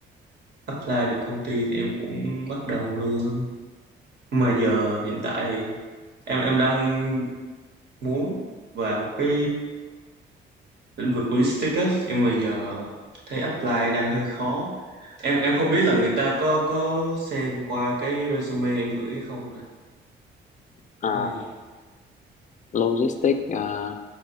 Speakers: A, on the right; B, on the left.
A: apply được công ty thì em cũng bắt đầu luôn mà giờ hiện tại thì em em đang muốn vào cái lĩnh vực logistics á, nhưng mà giờ thấy apply đang hơi khó em em không biết là người ta có có xem qua cái resume em gửi hay không
B: ờ,
A: ừ,
B: logistics ờ,